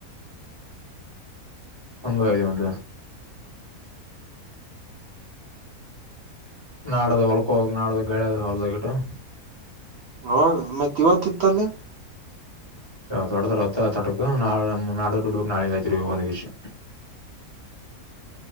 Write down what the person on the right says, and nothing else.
ಹ ಮತ್ತ ಇವತ್ತ ಇತ್ತಲ್ಲಿ